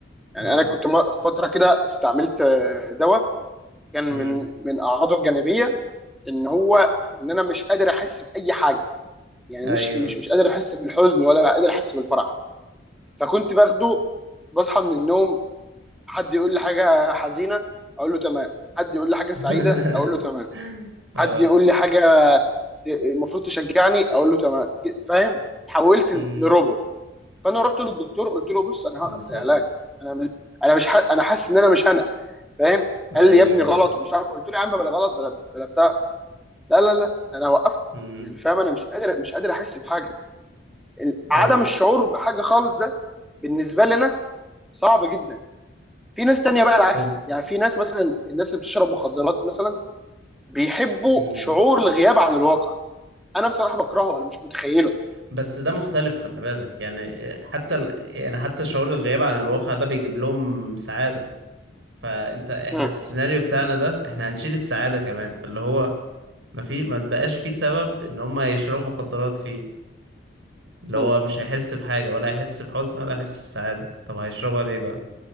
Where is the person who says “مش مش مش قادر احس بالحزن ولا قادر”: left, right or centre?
Centre